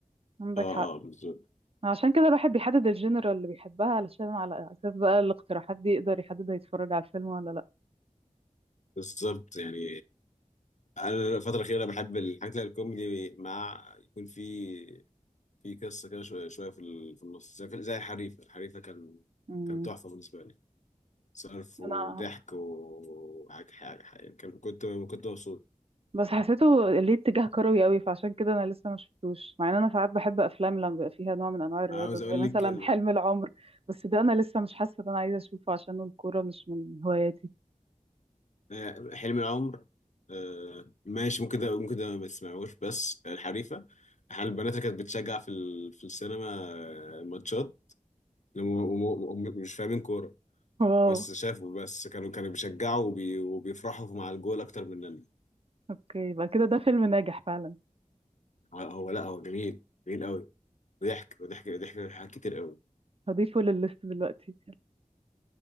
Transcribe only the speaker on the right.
عندك
حق
عشان كده الواحد بيحدد الجنرال اللي بيحبها علشان على اساس بقى الاقتراحات دي يقدر يحدد هيتفرج على الفيلم ولا لا
امم
انا
بس حسيته ليه اتجاه كروي قوي فعشان كده انا لسه ما شفتوش مع ان انا ساعات بحب افلام لما بيبقى فيها نوع من انواع الرياضه
زي
مثلا
<laughs> حلم العمر بس ده انا لسه مش حاسه ان انا عايزه اشوفه عشان الكوره مش من هواياتي
واو
اوكي يبقى كده ده فيلم ناجح فعلا
هضيفه للليست دلوقتي